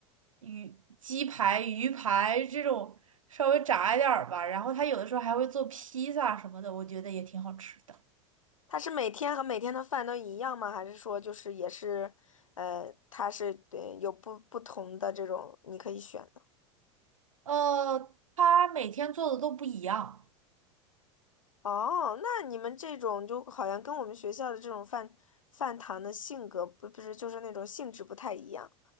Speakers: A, on the right; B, on the left.
A: 鱼鸡排、鱼排这种稍微炸一点儿吧。然后他有的时候还会做披萨什么的，我觉得也挺好吃的。
B: 它是每天和每天的饭都一样吗？还是说就是也是，呃，它是对有不不同的这种你可以选？的。
A: 呃，他每天做的都不一样。
B: 哦，那你们这种就好像跟我们学校的这种饭饭堂的性格不不是就是那种性质不太一样。